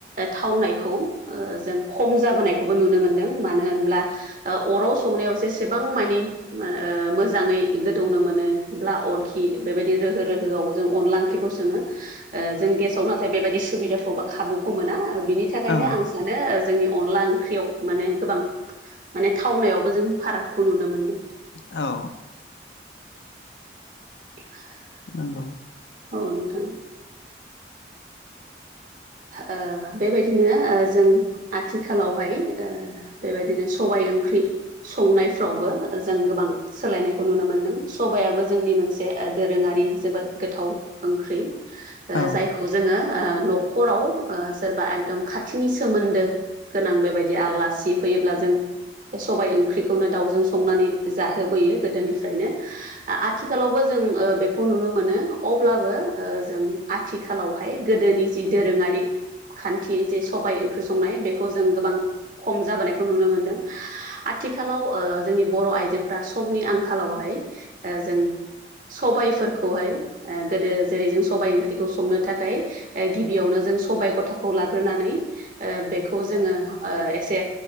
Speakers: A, on the right; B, on the left.
A: थावनायखौ ओ जों खम जाबोनायखौबो नुनो मोनदों मानो होनब्ला ओ अराव संनायाव जेसेबां मानि ओ मोज जाङै गोदौनो मोनो ब्ला अरखि बेबायदि रोहो रोहोआव जों अनला ओंख्रिखौ सोङो। ओ जों गेसाव नाथाय बेबायाददि सुबिदाखौ बा खाबुखौ मोना बिनि थाखायनो
B: औ
A: आं सानो ओ जोंनि अनला ओंख्रि याव माने गोबां माने थावनायावबो जों फारागखौ नुनो मोनो।
B: औ
A: <inaudible>
B: नंगौ।
A: औ नोंथां। ओ बेबायदिनो ओ जों आथिखालावहाय ओ बेबायदिनो सबाय ओंख्रि संनायफ्रावबो जों गोबां सोलायनायखौ नुनो मोनदों सबायाबो जोंनि मोनसे दोरोङारि जोबोद गोथाव। ओंख्रि
B: औ
A: जायखौ ओ जोङो ओ नख खराव ओ सोरबा एखदम खाथिनि सोमोन्दो गोनां बेबायदि आलासि फैयोब्ला जों बे सबाय ओंख्रिखौनो दाउजों संनानै जाहोबोयो गोदोनिफ्रायनो आ-आथिखालावबो जों ओ बेखौ नुनो मोनो अब्लाबो ओ जों आथिखालावहाय गोदोनि जि दोरोङारि खान्थि जे सबाय ओंख्रि संनाय बेखौ जों गोबां खम जाबोनायखौ नुनो मोनदों। आथिखालाव ओ जोंनि बर' आइजोफ्रा समनि आंखालावहाय ओ जों सबायफोरखौहाय ओ गोदो जेरै जों सबाइ ओंख्रिखौ संनो थाखाय। ओ गिबियावनो जों सबाय गथाखौ लाग्रोनानै ओ बेखौ जोङो ओ एसे